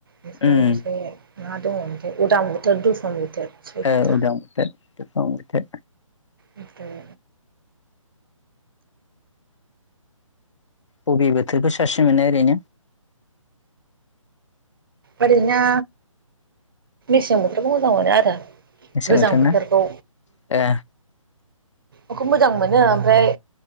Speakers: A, on the right; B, on the left.
A: <unintelligible>
B: उम
A: मा दङ ओमफ्राय उदां बोथोर दुफां बोथोर सयथा
B: औ उदां बोथोर दुफां बोथोर
A: ओमफ्राय
B: बबे बोथोरखौ साबसिन मोनो ओरैनो?
A: ओरैनो मेसें बोथोरखौ मोजां मोनो आरो।
B: मेसें
A: गोजां
B: बोथोर
A: बोथोरखौ
B: ना ए
A: बेखौ मोजां मोनो ओमफ्राय